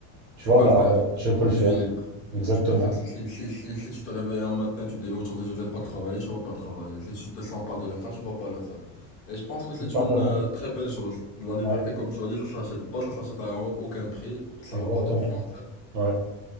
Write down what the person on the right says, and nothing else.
tu
vois,
bah,
je peux le faire.
Exactement.
Tout simplement.
Ouais,
exactement.
Ouais.